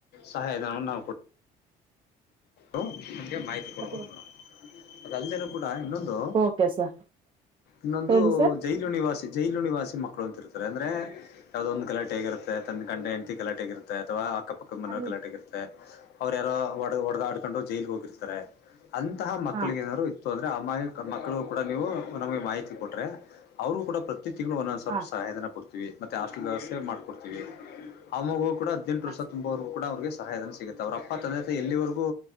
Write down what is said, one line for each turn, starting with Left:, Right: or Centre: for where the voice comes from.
Left: ಸಹಾಯಧನವನ್ನು ನಾವು ಕೊಡ್ತೀವಿ. ಅ ಮಾಹಿತಿ ಕೊಡಬೇಕ
Right: ಹಾ
Left: ಮೇಡಂ - ಅದ ಅಲ್ದೇಲೂ ಕೂಡ ಇನ್ನೊಂದು
Right: ಓಕೆ ಸರ್
Left: ಇನ್ನೊಂದು
Right: ಹೇಳಿ ಸರ್
Left: ಜೈಲು ನಿವಾಸಿ, ಜೈಲು ನಿವಾಸಿ ಮಕ್ಕಳು ಅಂತಿರ್ತಾರೆ. ಅಂದರೆ ಯಾವ್ದೋ ಒಂದು ಕಲಾಟೆಗಿರುತ್ತೆ. ಗಂಡ ಹೆಂಡ್ತಿ ಕಲಾಟ ಆಗಿರತ್ತೆ ಅಥವಾಅಕ್ಕ-ಪಕ್ಕಾ ಮನೆಯಲ್ಲಿ
Right: ಹಾ
Left: ಗಲಾಟೆ ಆಗಿರುತ್ತೆ ಅವ್ರ ಯಾರೋ ಒಡ -ಒಡ್ದಾಡ್ಕೋಂಡ ಜೈಲ್ಗೆ ಹೋಗಿರ್ತಾರೆ. ಅಂತಹ ಮಕ್ಕಳಿಗ
Right: ಹಾ
Left: ಏನಾದಾರು ಇತ್ತು ಅಂದ್ರೆ ಅಮಾಯಕಮಕ್ಕಳುಕೂಡ ನೀವು ನಮ್ಗೆ ಮಾಹಿತಿ ಕೊಟ್ರೆ, ಅವ್ರು ಕೂಡ ಪ್ರತಿ ತಿಂಗಳು ಒಂದೊಂದ ಸ್ವಲ್ಪ
Right: ಹಾ
Left: ಸಹಾಯಧನ ಕೊಡ್ತ ಮತ್ತೆ ಹಾಸ್ಟೆಲ್ ವ್ಯವಸ್ಥೆ ಮಾಡ್ಕೊಡ್ತೀವಿ ಆ ಮಗು ಕೂಡ ಹದಿನೆಂಟು
Right: ಹಾ
Left: ವರ್ಷ ತುಂಬುವರೆಗು ಕೂಡ ಅವ್ರಿಗೂ ಸಹಾಯಧನ ನೋಡ್ತೀವಿ. ಅವ್ರರಪ್ಪ <unintelligible> ಎಲ್ಲಿವರೆಗೂ